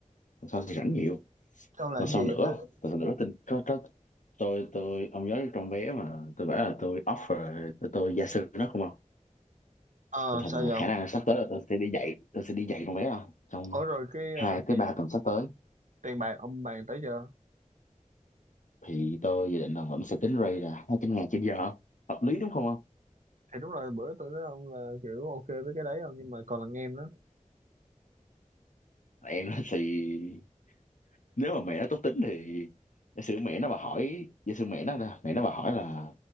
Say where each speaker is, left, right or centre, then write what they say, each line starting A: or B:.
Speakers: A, on the left (about 70°); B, on the right (about 70°).
A: tuần sau thì rảnh nhiều
B: còn là
A: tuần
B: cái
A: sau nữa
B: gì em biết
A: không? tuần sau nữa tin có có tôi tôi ông nhớ trong vé mà tôi bảo là tôi offer tôi, tôi gia sư nó không không
B: ờ
A: tình hình
B: sao
A: là
B: vậy ông
A: khả năng là sắp tới là tôi sẽ đi dạy tôi sẽ đi dạy trong vé không trong
B: Ủa rồi cái
A: hai
B: ờ,
A: tới
B: tiền
A: ba tuần sắp tới
B: tiền bạc ông bàn tới giờ
A: thì tôi dự định là vẫn sẽ tính rate là 200 ngàn trên giờ hợp lý đúng không không
B: thì đúng rồi bữa tôi nói ông là kiểu ok với cái đấy không nhưng mà còn là nghe em nó
A: em nói thì nếu mà mẹ nó tốt tính thì giả sử mẹ nó mà hỏi giả sử mẹ nó là mẹ nó mà hỏi là